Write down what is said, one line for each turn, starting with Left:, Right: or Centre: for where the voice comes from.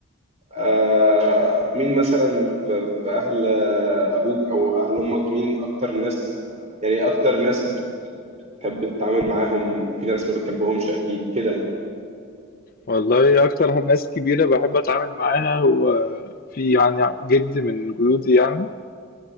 Right: آه، مين مثلا في في أهل أبوك أو أهل أمك مين أكتر ناس يعني إيه أكتر ناس بتحب تتعامل معاهم في ناس ما بتحبهمش أكيد كده يعني
Left: والله أكتر ناس كبيرة بحب أتعامل معاها هو في يعني جد من جدودي يعني